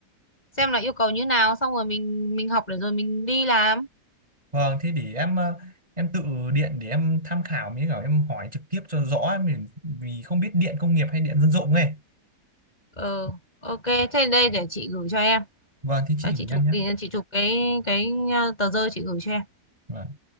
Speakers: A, on the left; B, on the right.
A: Xem là yêu cầu như nào xong rồi mình mình học để rồi mình đi làm.
B: vâng thế để em ờ, em tự điện để em tham khảo mới cả em hỏi trực tiếp cho rõ mình vì không biết điện công nghiệp hay điện dân dụng này
A: Ừ, ok. Thế đây để chị gửi cho em.
B: vâng thế chị
A: Đây, chị
B: gửi
A: chụp
B: em nhé
A: thì chị chụp cái cái uh, tờ rơi chị gửi cho em.
B: Vâng.